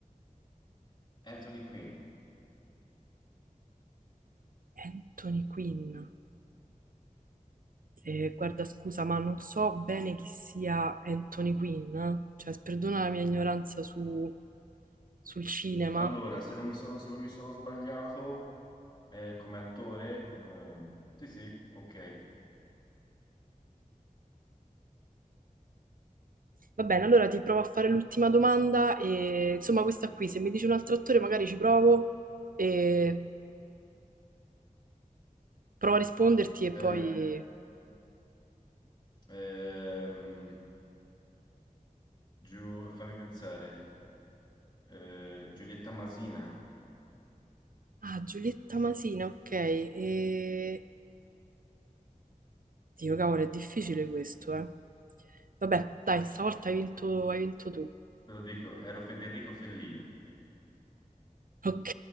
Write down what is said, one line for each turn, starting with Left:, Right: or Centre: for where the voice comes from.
Left: Anthony Quinn.
Right: Anthony Quinn. Eh, guarda, scusa, ma non so bene chi sia Anthony Quinn, eh. Cioè, perdona la mia ignoranza su- sul cinema,
Left: Allora, se non mi sono, se non mi sono sbagliato, eh, come attore, ehm, sì, sì, ok.
Right: Va bene, allora ti provo a fare l'ultima domanda e insomma questa qui, se mi dici un altro attore magari ci provo e provo a risponderti e
Left: Ehm,
Right: poi...
Left: ehm, giù, fammi pensare, eh, Giulietta Masina,
Right: Ah, Giulietta Masina, ok. E... Dio, cavolo, è difficile questo, eh. Vabbè, dai, stavolta hai vinto, hai vinto tu.
Left: te lo dico, ero Federico Fellini.
Right: Ok.